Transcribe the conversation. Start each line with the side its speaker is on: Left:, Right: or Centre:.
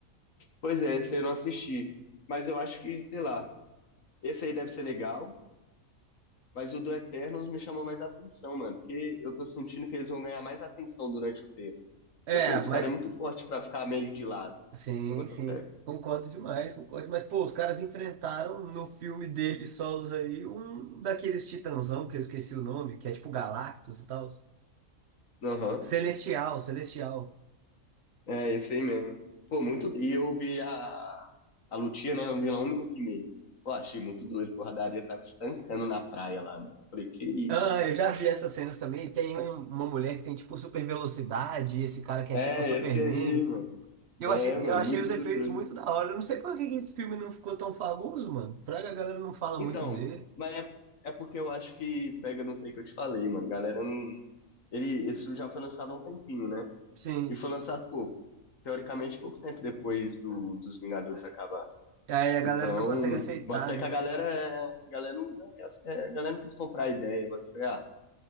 Left: Pois é, esse eu não assisti. Mas eu acho que, sei lá, esse aí deve ser legal. Mas o do Eternals me chamou mais atenção, mano, porque eu tô sentindo que eles vão ganhar mais atenção durante o tempo.
Right: É,
Left: Porque, pô, os
Right: mas
Left: caras é muito forte pra ficar meio de lado.
Right: sim,
Left: Você bota
Right: sim,
Left: fé?
Right: concordo demais, concordo. Mas pô, os caras enfrentaram no filme deles solos aí um daqueles titãzão que eu esqueci o nome, que é tipo Galactus e tal.
Left: Aham.
Right: Celestial, Celestial.
Left: É, esse aí mesmo. Pô, muito. E eu vi a, a lutinha, né? Eu vi lá um minuto e meio. Pô, achei muito doido, porra, a Daria tava estancando na praia lá, mano. Falei, que isso,
Right: Ah,
Left: mano.
Right: eu já vi essas cenas também. Tem um- uma mulher que tem tipo super velocidade, esse cara que é
Left: É,
Right: tipo Superman.
Left: esse aí, mano.
Right: Eu
Left: É,
Right: achei,
Left: mano,
Right: eu achei
Left: muito
Right: os efeitos
Left: doido.
Right: muito da hora. Eu não sei por que que esse filme não ficou tão famoso, mano. Fraga, a galera não fala
Left: Então,
Right: muito dele.
Left: mas é, é porque eu acho que pega no trem que eu te falei, mano. Galera não. Ele, esse já foi lançado há um tempinho, né?
Right: Sim.
Left: E foi lançado, pô, teoricamente, pouco tempo depois do, dos Vingadores acabar.
Right: Aí a galera
Left: Então,
Right: não consegue aceitar,
Left: bota fé
Right: né?
Left: que a galera, é- a galera, não, não é que a- é, a galera não quis comprar a ideia, bota fé, ah,